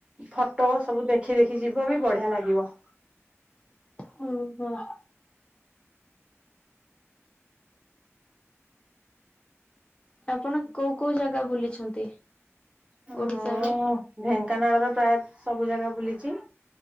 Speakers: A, on the right; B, on the left.
A: ଫଟୋ ସବୁ ଦେଖି ଦେଖି ଯିବ ବି ବଢିଆ ଲାଗିବ।
B: ହୁଁ ହୁଁ। ଆପଣ କୋଉ କୋଉ ଜାଗା ବୁଲିଛନ୍ତି
A: ହଁ
B: ଓଡିଶାରୁ?
A: ଢେଙ୍କାନାଳର ପ୍ରାୟ ସବୁ ଜାଗା ବୁଲିଛି।